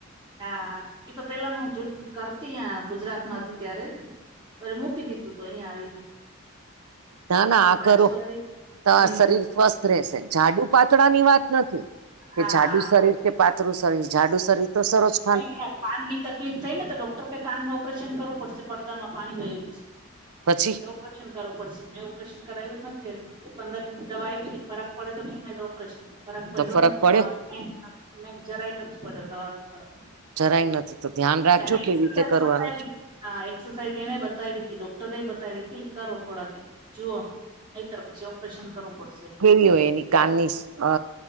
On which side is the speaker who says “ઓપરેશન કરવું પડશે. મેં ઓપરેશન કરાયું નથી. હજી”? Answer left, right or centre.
Right